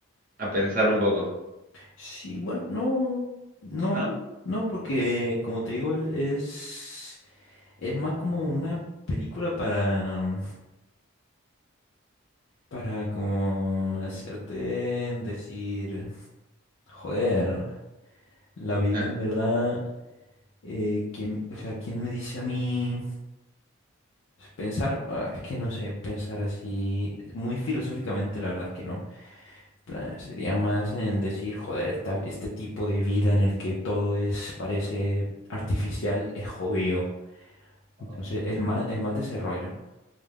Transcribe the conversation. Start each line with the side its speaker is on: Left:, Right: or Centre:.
Right: a pensar un poco,
Left: Sí, bueno, no, no,
Right: ¿no?
Left: no, porque como te digo, él es, es más como una película para, para como hacerte decir, joder, la vida
Right: Ah,
Left: en verdad, eh, ¿quién, o sea, quién me dice a mí pensar? Ah, es que no sé, pensar así, muy filosóficamente, la verdad es que no. plan, sería más en el decir, joder, esta- este tipo de vida en el que todo es, parece artificial, es jodido.
Right: ok.
Left: Entonces es más, es más desarrollo.